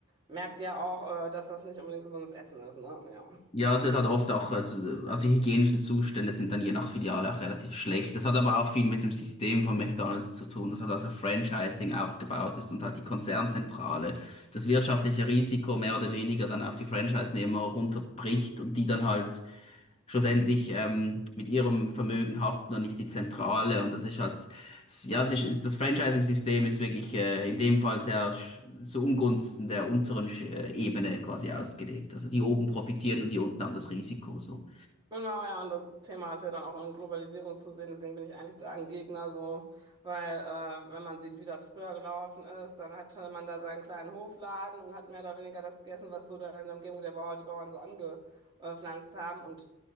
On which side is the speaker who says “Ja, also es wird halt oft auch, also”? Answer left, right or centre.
Left